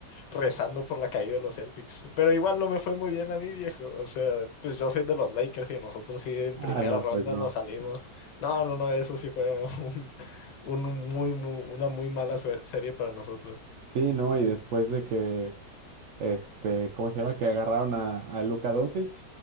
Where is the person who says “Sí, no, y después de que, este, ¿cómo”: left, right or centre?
Right